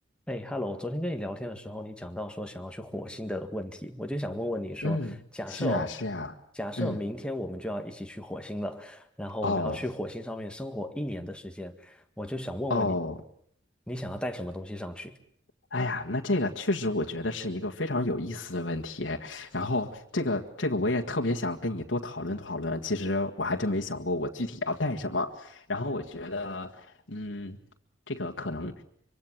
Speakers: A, in the centre; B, on the left (about 80°).
A: 哎，Hello，昨天跟你聊天的时候，你讲到说想要去火星的问题，我就想问问你说，
B: 嗯，
A: 假设哦，
B: 是啊，是啊，
A: 假设明天我们就要一起去火星了，
B: 嗯，
A: 然后我们要去火星上面生活一年的时间，
B: 哦，
A: 我就想问问你，
B: 哦，
A: 你想要带什么东西上去？
B: 哎呀，那这个确实我觉得是一个非常有意思的问题。然后这个这个我也特别想跟你多讨论讨论。其实我还真没想过我具体要带什么。然后我觉得，嗯，这个可能